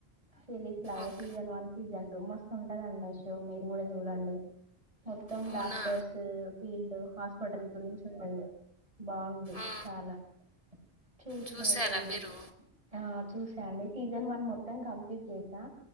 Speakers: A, on the right; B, on the left.
A: సిరీస్ లాగా
B: ఓకే.
A: సీజన్ వన్ సీజన్టూ మస్తు ఉంటదండి మీరు కూడా చూడండి మొత్తం
B: అవునా
A: డాక్టర్స్ ఫీల్డ్ హాస్పిటల్ గురించి ఉంటది బాగుంది
B: ఆహా
A: చాలా చూసినా
B: చూసారా
A: ఈరోజు
B: మీరు
A: ఆ చూసాండి సీజన్ వన్ మొత్తం కంప్లీట్ చేసా